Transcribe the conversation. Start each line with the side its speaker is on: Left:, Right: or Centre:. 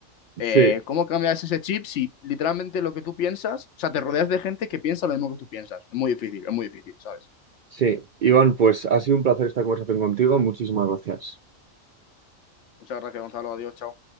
Left: eh,
Right: Sí,
Left: ¿cómo cambias ese chip si literalmente lo que tú piensas, o sea, te rodeas de gente que piensa lo mismo que tú piensas? Es muy difícil, es muy difícil, ¿sabes?
Right: sí. Iván, pues ha sido un placer esta conversación contigo. Muchísimas gracias.
Left: Muchas gracias, Gonzalo. Adiós, chao.